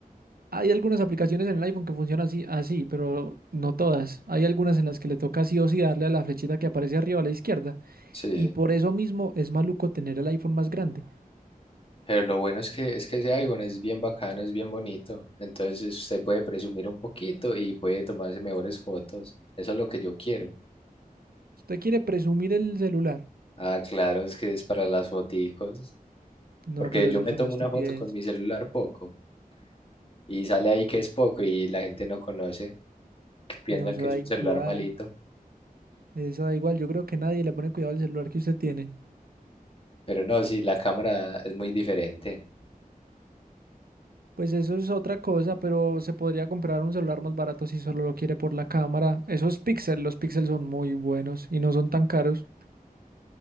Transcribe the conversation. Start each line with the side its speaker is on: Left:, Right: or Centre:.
Right: Hay algunas aplicaciones en el iPhone que funcionan así, así, pero no todas. Hay algunas en las que le toca sí o sí darle a la flechita que aparece arriba a la izquierda,
Left: Sí,
Right: y por eso mismo es maluco tener el iPhone más grande.
Left: pero lo bueno es que, es que ese iPhone es bien bacano, es bien bonito. Entonces usted puede presumir un poquito y puede tomarse mejores fotos. Eso es lo que yo quiero.
Right: ¿Usted quiere presumir el celular?
Left: Ah, claro, es que es para las foticos.
Right: No,
Left: Porque
Right: pero
Left: yo
Right: eso
Left: me
Right: es una
Left: tomo
Right: estupidez.
Left: una foto con mi celular poco y sale ahí que es poco y la gente no conoce. piensan
Right: No, eso
Left: que
Right: da
Left: es un
Right: igual.
Left: celular malito.
Right: Eso da igual, yo creo que nadie le pone cuidado al celular que usted tiene.
Left: Pero no, sí, la cámara es muy diferente.
Right: Pues eso es otra cosa, pero se podría comprar un celular más barato si solo lo quiere por la cámara. Esos píxeles, los píxeles son muy buenos y no son tan caros.